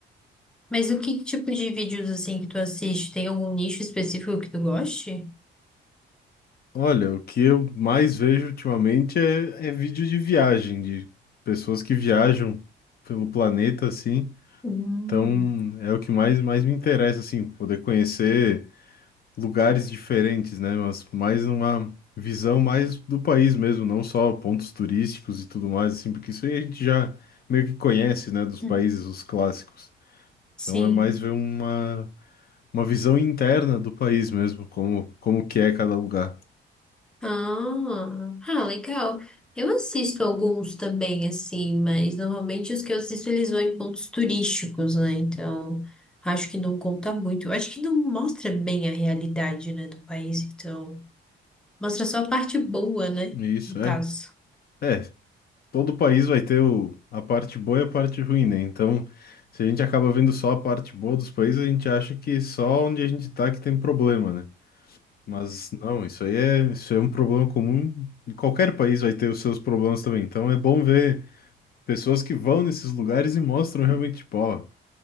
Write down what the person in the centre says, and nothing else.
Mas o que tipo de vídeos assim que tu assiste? Tem algum nicho específico que tu goste?
Hum.
Hum.
Sim.
Ah, ah, legal. Eu assisto alguns também, assim, mas normalmente os que eu assisto eles vão em pontos turísticos, né? Então, acho que não conta muito. Eu acho que não mostra bem a realidade, né, do país, então. Mostra só a parte boa, né?
No
caso.